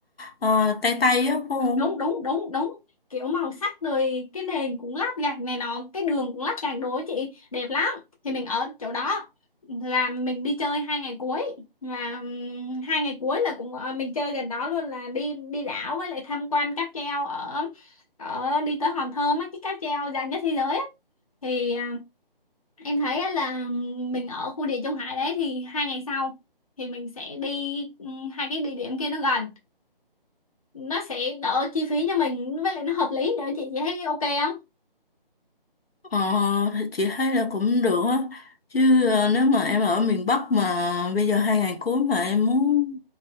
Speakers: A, on the left (about 80°); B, on the left (about 40°).
A: ờ, Tây Tây á phải không
B: đúng đúng đúng đúng kiểu màu sắc rồi cái nền cũng lát gạch này nọ cái đường cũng lát gạch đồ ấy chị đẹp lắm thì mình ở chỗ đó là mình đi chơi hai ngày cuối và ừm, hai ngày cuối là cũng ờ, mình chơi gần đó luôn là đi đi đảo với lại tham quan cáp treo ở ở đi tới Hòn Thơm á cái cáp treo dài nhất thế giới á thì à, em thấy á là mình ở khu địa Trung Hải đấy thì hai ngày sau thì mình sẽ đi ừ, hai cái địa điểm kia nó gần nó sẽ đỡ chi phí cho mình với lại nó hợp lý nữa chị chị thấy ok không
A: ờ thì chị thấy là cũng được á chứ ờ, nếu mà em ở miền Bắc mà bây giờ hai ngày cuối mà em muốn